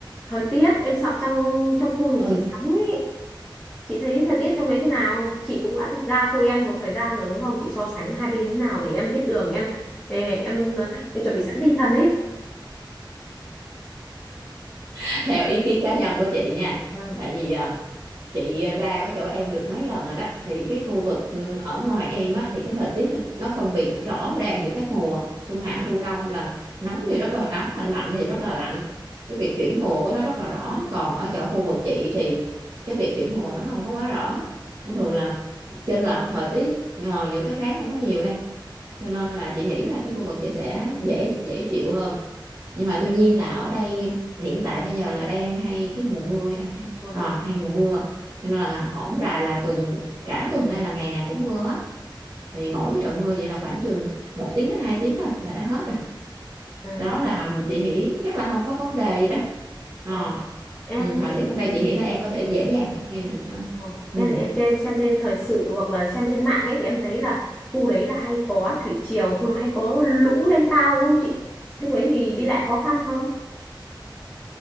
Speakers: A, on the left; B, on the right.
A: Thời tiết, em sợ trong trong khu nhà
B: ừ,
A: chị lắm ấy. Chị thấy thời tiết trong đấy thế nào? Chị cũng đã được ra khu em một thời gian rồi đúng không? Chị so sánh hai bên thế nào để em biết đường em ê, em em chuẩn bị sẵn tinh thần ấy.
B: <laughs> theo ý kiến cá nhân của chị nha
A: Vâng,
B: tại vì à, chị ra có chỗ em được mấy lần rồi đó thì cái khu vực ừ, ở ngoài em á thì cái thời tiết nó phân biệt rõ ràng giữa các mùa xuân hạ thu đông là nóng thì rất là nóng mà lạnh thì rất là lạnh cái việc chuyển mùa của nó rất là rõ còn ở chỗ khu vực chị thì cái việc chuyển mùa nó không có quá rõ thông
A: vâng,
B: thường là chênh lệch thời tiết ờ, giữa các tháng không có nhiều em cho nên là chị nghĩ là cái khu vực chị sẽ dễ dễ chịu hơn nhưng mà tuy nhiên là ở đây hiện tại bây giờ là đang hay cái mùa mưa em hay
A: vâng.
B: à,
A: vâng.
B: hay mùa mưa cho nên là hổm rày là tuần cả tuần đây là ngày nào cũng mưa hết thì mỗi cái trận mưa vậy là khoảng chừng một tiếng đến 2 tiếng thôi là đã hết rồi
A: Ừ.
B: do đó là chị nghĩ chắc là không có vấn đề gì đâu Ờ.
A: Ờ, em
B: ừ, thời
A: thì
B: tiết
A: em
B: bên đây chị nghĩ là em có thể dễ dàng thích nghi được thôi
A: Ờ,
B: ừ
A: Em thì em trên xem trên thời sự hoặc là xem trên mạng ấy thì em thấy là khu đấy là hay có thủy triều xong rồi hay có lũ lên cao đúng không chị? Lúc đấy thì đi lại khó khăn không?